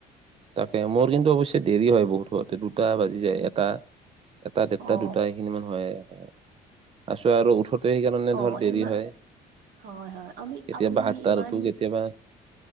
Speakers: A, on the right; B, on the right.
A: তাকে মোৰ কিন্তু অৱশ্যে দেৰি হয় বহুত দুটা বাজি যায় এটা এটা ডেৰটা
B: অ
A: দুটা এইখিনি মান হয় তাৰপিছত আৰু উঠোতে সেইকাৰণে
B: অ
A: ধৰ দেৰি
B: ইমান
A: হয়
B: হয় হয় আমি
A: কেতিয়াবা
B: আপুনি
A: সাতটাত
B: ইমান
A: উঠো কেতিয়াবা